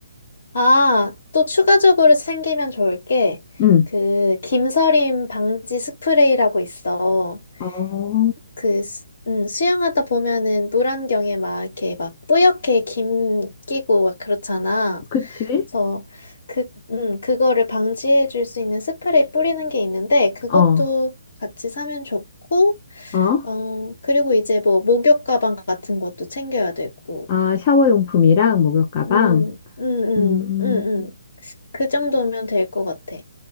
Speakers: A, on the left (about 55°); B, on the left (about 35°).
A: 아, 또 추가적으로 생기면 좋을 게,
B: 응.
A: 그, 김서림 방지 스프레이라고 있어.
B: 어,
A: 그, 수- 음, 수영하다 보면은 물안경에 막 이렇게 막 뿌옇게 김 끼고 막 그렇잖아.
B: 그치?
A: 그래서 그, 음, 그거를 방지해 줄 수 있는 스프레이 뿌리는 게 있는데, 그것도
B: 어,
A: 같이 사면 좋고,
B: 어.
A: 어, 그리고 이제 뭐 목욕 가방 같은 것도 챙겨야 되고.
B: 아, 샤워 용품이랑 목욕 가방.
A: 음, 음, 음,
B: 음.
A: 음, 음. 그 정도면 될 것 같아.